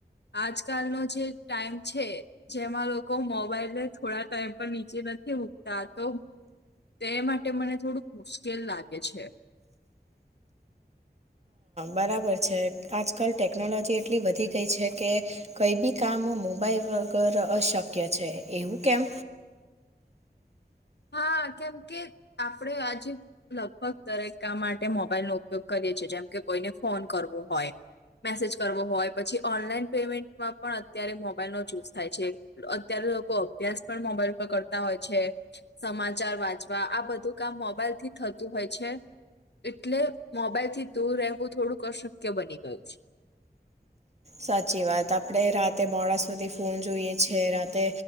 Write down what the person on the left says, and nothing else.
આજકાલનોો જે ટાઈમ છે. જેમાં લોકો મોબાઈલને થોડા ટાઈમ પર નીચે નથી મૂકતા તો. તે માટે મને થોડુંક મુશ્કેલ લાગે છે.
હા કેમ કે આપડે આજે. લગભગ દરેક કામ માટે મોબાઈલનોો ઉપયોગ કરીએ છીએ જેમ કે કોઈને ફોન કરવો હોય. મેસેજ કરવો હોય પછી ઓનલાઈન પેમેન્ટમાં પણ અત્યારે મોબાઈલ નો ચુઝ થાય છે. અત્યારે લોકો અભ્યાસ પણ મોબાઈલ પર કરતા હોય છે. સમાચાર વાંચવા આ બધું કામ મોબાઈલ થી થતું હોય છે. એટલે મોબાઈલ થી દૂર રહેવું થોડુંક અશક્ય બની ગયું છે.